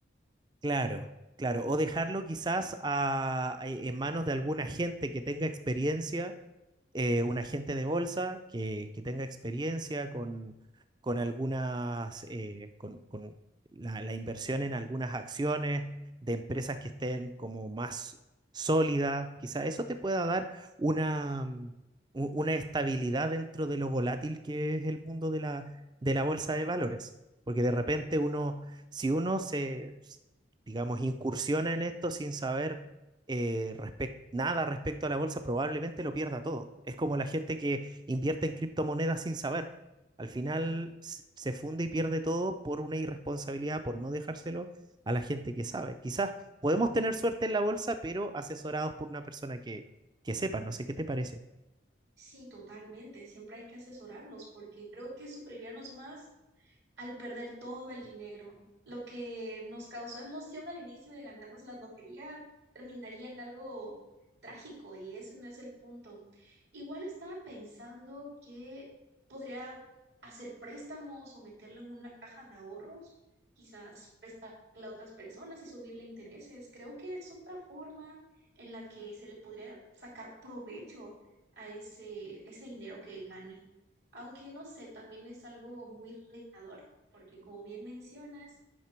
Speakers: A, on the right (about 20°); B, on the right (about 65°).
A: claro, claro. O dejarlo quizás a- a- en manos de alguna gente que tenga experiencia eh, un agente de bolsa que, que tenga experiencia con, con algunas, eh, con, con la, la inversión en algunas acciones de empresas que estén como más sólidas, quizá eso te pueda dar una, mm, u- una estabilidad dentro de lo volátil que es el mundo de la, de la bolsa de valores. Porque de repente uno, si uno se, digamos, incursiona en esto sin saber eh, respec- nada respecto a la bolsa, probablemente lo pierda todo. Es como la gente que invierte en criptomonedas sin saber. Al final
B: Y
A: s- se funde y pierde todo por una irresponsabilidad, por no dejárselo a la gente que sabe. Quizás podemos tener suerte en la bolsa, pero asesorados por una persona que, que sepa. No sé qué te parece.
B: sí, totalmente, siempre hay que asesorarnos porque creo que sufriríamos más al perder todo el dinero. Lo que nos causó emoción al inicio de ganarnos la lotería terminaría en algo trágico y ese no es el punto. Igual estaba pensando que podría hacer préstamos o meterlo en una caja de ahorros, quizás prestarle a otras personas y subirle intereses. Creo que es otra forma en la que se le podría sacar provecho a ese, ese dinero que gane aunque no sé, también es algo muy retador porque como bien mencionas,